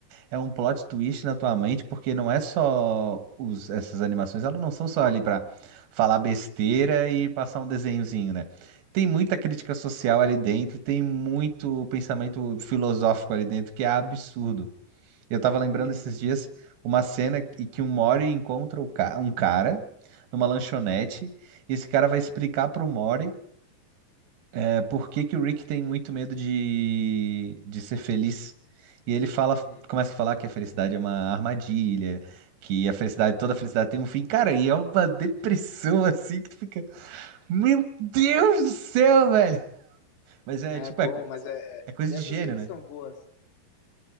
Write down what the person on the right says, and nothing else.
é um plot twist na tua mente, porque não é só os- essas animações, elas não são só ali pra falar besteira e passar um desenhozinho, né? Tem muita crítica social ali dentro, e tem muito pensamento filosófico ali dentro, que é absurdo. Eu tava lembrando
esses dias uma cena em que um Mori encontra o ca- um cara numa lanchonete, e esse cara vai explicar pro Mori. É Por que que o Rick tem muito medo de, de ser feliz? E ele fala,
começa a falar que a felicidade é uma armadilha, que a felicidade, toda felicidade tem um fim. Cara, e é uma depressão assim que tu fica, meu Deus do céu, velho! Mas é
tipo,
é, co-
é coisa
de gênio,
né?